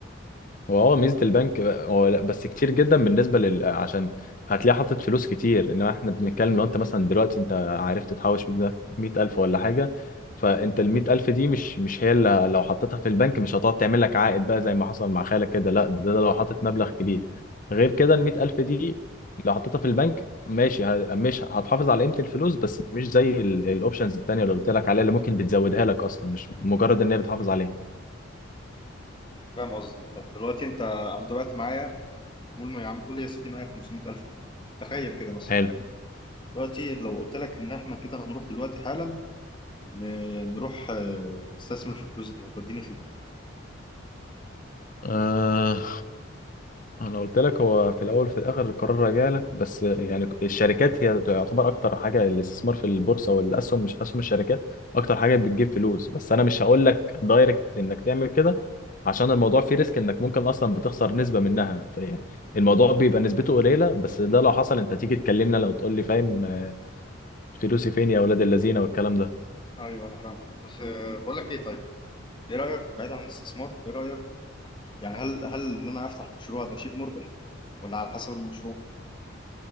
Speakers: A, on the left; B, on the left.
A: هو اه ميزه البنك بقى- هو لا بس كتير جدا بالنسبه لل عشان هتلاقي حاطط فلوس كتير انما احنا بنتكلم لو انت مثلا دلوقتي انت عرفت تحوش 100000 ولا حاجه فانت ال 100000 دي مش مش هي اللي لو حطيتها في البنك مش هتقعد تعمل لك عائد بقى زي ما حصل مع خالك كده لا ده, ده لو حاطط مبلغ كبير غير كده ال 100000 دي لو حطيتها في البنك ماشي ه- مش هتحافظ على قيمه الفلوس بس مش زي الاوبشنز التانيه اللي قلت لك عليها اللي ممكن بتزودها لك اصلا مش مجرد ان هي بتحافظ عليها
B: فاهم قصدي طب دلوقتي انت انا دلوقتي معايا قول ما يا عم قول يا سيدي معايا 500000 جنيه تخيل كده مثلا
A: حلو
B: دلوقتي لو قلت لك ان احنا كده هنروح دلوقتي حالا ن- نروح آه، نستثمر في الفلوس دي هتوديني فين
A: أه انا قلت لك هو في الاول وفي الاخر القرار راجع لك بس يعني الشركات هي تعتبر اكتر حاجه الاستثمار في البورصه والاسهم مش اسهم الشركات اكتر حاجه بتجيب فلوس بس انا مش هقول لك دايركت انك تعمل كده عشان الموضوع فيه ريسك انك ممكن اصلا بتخسر نسبه منها فيعني الموضوع بيبقى نسبته قليله بس ده لو حصل انت تيجي تكلمنا لو تقول لي فاهم آه، فلوسي فين يا اولاد اللذينه والكلام ده
B: ايوه انا فاهم بس آه، بقول لك ايه طيب ايه رايك بعيد عن الاستثمار ايه رايك يعني هل هل ان انا افتح مشروع ده شيء مربح ولا على حسب المشروع